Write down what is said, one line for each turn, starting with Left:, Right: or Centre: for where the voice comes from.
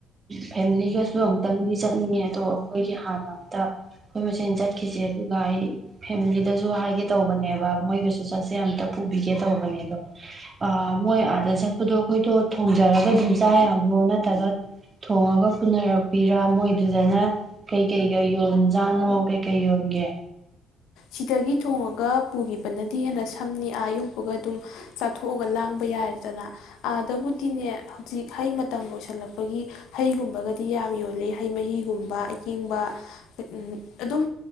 Right: ꯐꯦꯃꯤꯂꯤꯒꯁꯨ ꯑꯃꯝꯛꯇꯪꯗꯤ ꯆꯠꯅꯤꯡꯉꯦ ꯑꯗꯣ ꯑꯈꯣꯏꯒꯤ ꯍꯥꯟꯅ ꯑꯃꯝꯇ ꯑꯈꯣꯏ ꯃꯁꯦꯟ ꯆꯠꯈꯤꯁꯦ ꯑꯗꯨꯒ ꯑꯩ ꯐꯦꯃꯤꯂꯤꯗꯁꯨ ꯍꯥꯏꯒꯦ ꯇꯧꯕꯅꯦꯕ ꯃꯣꯏꯒꯁꯨ ꯆꯠꯁꯦ ꯑꯃꯝꯇ ꯄꯨꯕꯤꯒꯦ ꯇꯧꯕꯅꯦ ꯑꯗꯣ꯫ ꯑ ꯃꯣꯏ ꯑꯥꯗ ꯆꯠꯄꯗꯣ ꯑꯩꯈꯣꯏꯗꯣ ꯊꯣꯡꯖꯔꯒ ꯑꯗꯨꯝ ꯆꯥ ꯌꯥꯕ꯭ꯔꯣ ꯅꯠꯇ꯭ꯔꯒ ꯊꯣꯡꯉꯒ ꯄꯨꯅꯔꯛꯄꯤꯔ ꯃꯣꯏꯗꯨꯗꯅ ꯀꯩ ꯀꯩꯒ ꯌꯣꯟꯖꯥꯅꯣ ꯀꯩꯀꯩ ꯌꯣꯟꯒꯦ꯫
Left: ꯁꯤꯗꯒꯤ ꯊꯣꯡꯉꯒ ꯄꯨꯈꯤꯕꯅꯗꯤ ꯍꯦꯟꯅ ꯁꯝꯅꯤ ꯑꯥ ꯌꯧꯕꯒ ꯑꯗꯨꯝ ꯆꯥꯊꯣꯛꯑꯒ ꯂꯥꯡꯕ ꯌꯥꯏꯔꯗꯅ ꯑꯥꯗꯕꯨꯗꯤꯅꯦ꯫ ꯍꯩ ꯃꯇꯝ ꯑꯣꯏꯁꯜꯂꯛꯄ꯫ ꯑꯩꯈꯣꯏꯒꯤ ꯍꯩꯒꯨꯝꯕꯒꯗꯤ ꯌꯥꯝ ꯌꯣꯜꯂꯤ ꯍꯩ ꯃꯍꯤꯒꯨꯝꯕ ꯑꯏꯪꯕ꯫ ꯎꯝ ꯑꯗꯨꯝ